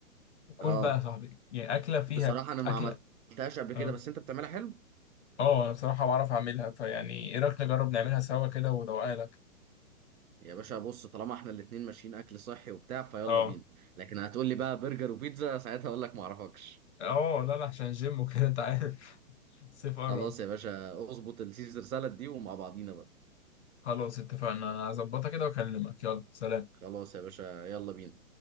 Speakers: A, on the left; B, on the right.
A: كل
B: اه
A: بقى يا صاحبي يعني أكلة فيها
B: بصراحة أنا ما
A: أكلة
B: عملتهاش قبل
A: اه
B: كده بس أنت بتعملها حلو
A: اه أنا بصراحة بعرف أعملها فيعني إيه رأيك نجرب نعملها سوا كده وأدوقها لك
B: يا باشا بص طالما إحنا الاتنين ماشيين أكل صحي وبتاع فيلا
A: اه
B: بينا لكن هتقول لي بقى برجر وبيتزا ساعتها أقول لك ما أعرفكش
A: اه لا لا عشان الجيم وكده أنت عارف <laughs> الصيف قرب
B: خلاص يا باشا اظبط السيزر سالاد دي ومع بعضينا بقى
A: خلاص اتفقنا أنا هظبطها كده وأكلمك يلا سلام
B: خلاص يا باشا يلا بينا